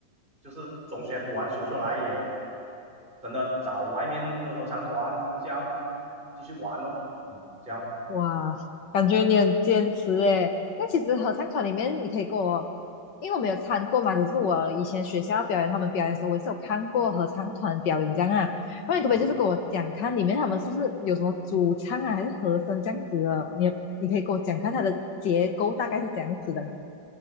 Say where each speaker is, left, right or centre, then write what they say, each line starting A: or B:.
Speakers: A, on the right (about 25°); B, on the left (about 70°).
A: 就是中学读完书出来也真的找外面的合唱团这样嗯继续玩咯，嗯，这样，
B: 哇，感觉你很坚持诶。那其实合唱团里面，你可以跟我，因为我没有参过嘛，只是我以前学校表演，他们表演的时候，我也是有看过合唱团表演这样啊。那你可不可以就是跟我讲看里面他们是不是有什么主唱啊，
A: 嗯。
B: 还是和声这样子的？你你可以给我讲看它的结构大概是怎样子的嘛？